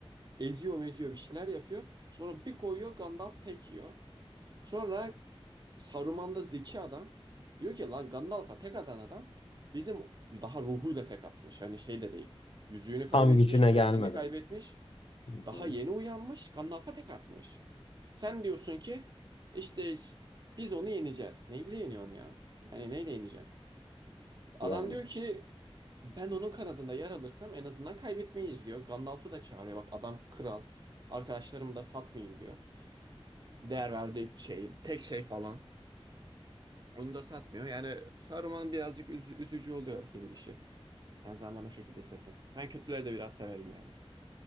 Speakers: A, on the right; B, on the left.
A: Eziyor meziyor bir şeyler yapıyor. Sonra bir koyuyor Gandalf tek yiyor. Sonra Saruman da zeki adam. Diyor ki lan Gandalf'a tek atan adam bizim daha ruhuyla tek atmış. Hani şey de değil. Yüzüğünü kaybetmiş,
B: Tam gücüne gelmeden.
A: bedenini kaybetmiş.
B: Hı
A: Daha
B: hı.
A: yeni uyanmış, Gandalf'a tek atmış. Sen diyorsun ki işte biz onu yeneceğiz. Neyle yeniyorsun ya? Hani neyle yeneceksin? Adam
B: Yani.
A: diyor ki ben onun kanadında yer alırsam en azından kaybetmeyiz diyor. Gandalf'ı da çağırıyor. Bak adam kral. Arkadaşlarımı da satmayayım diyor. Değer verdiği şey, tek şey falan. Onu da satmıyor. Yani Saruman birazcık üz- üzücü oluyor yenilişi. En azından ben o şekilde hissettim. Ben kötüleri de biraz severim yani.